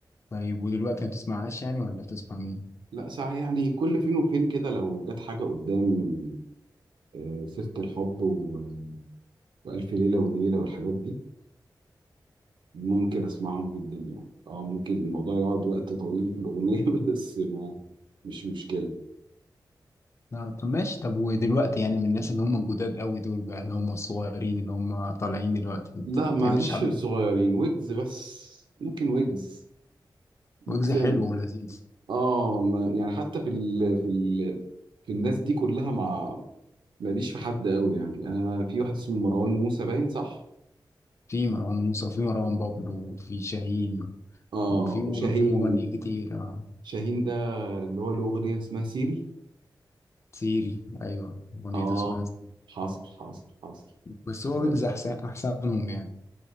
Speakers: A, on the left; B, on the right.
A: طيب ودلوقتي ما بتسمعهاش يعني ولا بتسمع مين؟
B: لا صح يعني كل فين وفين كده لو جت حاجه قدامي آه، سيره الحب و... والف ليله وليله والحاجات دي ممكن اسمعهم جدا يعني اه ممكن الموضوع يقعد وقت طويل في الاغنيه <laughs> بس ما مش مشكله
A: آه، طب ماشي طب ودلوقتي يعني من الناس اللي هم الجداد قوي دول بقى اللي هم الصغيرين اللي هم طالعين دلوقتي ما
B: لا
A: بتحبش
B: معلش
A: حد
B: في الصغيرين ويجز بس ممكن ويجز ممكن
A: ويجز حلو ولذيذ
B: اه ما يعني حتى في ال... في ال... في الناس دي كلها ما ماليش في حد قوي يعني انا في واحد اسمه مروان موسى باين صح
A: في مروان موسى وفي مروان بابلو وفي شاهين
B: اه
A: وفي م-
B: وشاهين
A: في مغنيين كتير آه.
B: شاهين ده اللي هو له اغنيه اسمها سيري
A: سيري ايوه اغنيته
B: اه
A: اسمها سيري.
B: حاصل حاصل حاصل
A: بس هو
B: انا
A: ويجز احسن احسنهم يعني